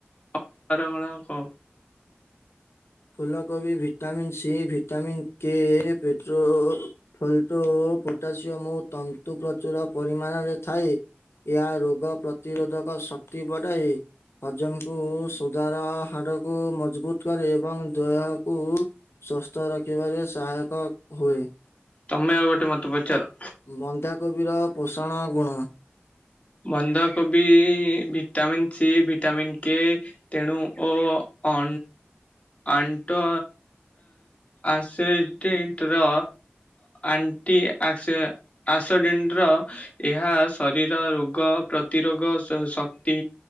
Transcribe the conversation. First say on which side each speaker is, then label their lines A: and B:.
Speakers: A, on the left (about 30°); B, on the left (about 80°).
A: <unintelligible> କଣ କହ?
B: ଫୁଲକୋବି ଭିଟାମିନ ସି ଭିଟାମିନ କେ ପେଟ୍ର ଫୋଲଟୋ, ପୋଟାସିୟମ ତନ୍ତୁ ପ୍ରଚୁର ପରିମାଣରେ ଥାଏ। ଏହା ରୋଗ ପ୍ରତିରୋଧକ ଶକ୍ତି ବଢାଏ। ହଜମକୁ ସୁଧାର ହାଡକୁ ମଜବୁତ୍ କରେ। ଏବଂ ଦେହକୁ ସୁସ୍ଥ ରଖିବାରେ ସହାୟକ ହୁଏ।
A: ତମେ ଆଉ ଗୋଟେ ମତେ ପଚାର।
B: ବନ୍ଧାକୋବିର ପୋଷଣ ଗୁଣ?
A: ବନ୍ଧାକୋବି ଭିଟାମିନ୍ ସି ଭିଟାମିନ୍ କେ ତେଣୁ ଓ ଅ ଆଣ୍ଟ ଆସିଡେଣ୍ଟ ର ଆଣ୍ଟି <unintelligible> ବଏହା ଶରୀର ରୋ ରୋଗ ପ୍ରତିରୋଗ ଶକ୍ତି